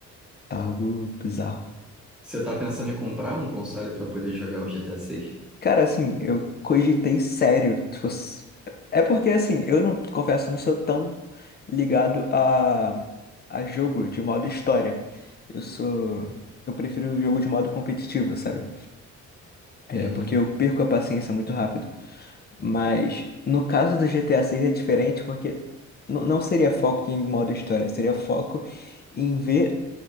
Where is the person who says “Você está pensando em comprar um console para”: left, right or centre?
Centre